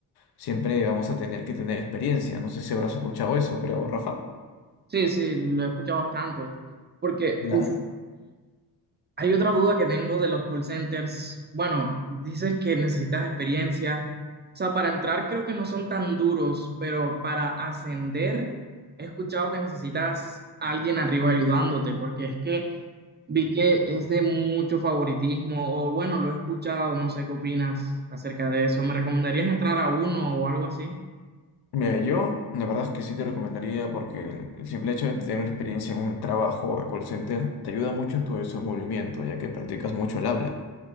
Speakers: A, on the left (about 70°); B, on the right (about 25°).
A: siempre vamos a tener que tener experiencia. No sé si habrás escuchado eso, creo, Rafa.
B: Sí, sí, lo he escuchado bastante. Porque,
A: Claro.
B: uff, Hay otra duda que tengo de los call centers. Bueno, dices que necesitas experiencia. O sea, para entrar creo que no son tan duros, pero para ascender he escuchado que necesitas a alguien arriba ayudándote, porque es que vi que es de mucho favoritismo, o bueno, lo he escuchado, no sé qué opinas acerca de eso. ¿Me recomendarías entrar a uno o algo así?
A: Mira, yo la verdad es que sí te recomendaría porque el, el simple hecho de tener una experiencia en un trabajo de call center te ayuda mucho en tu desenvolvimiento, ya que practicas mucho el habla,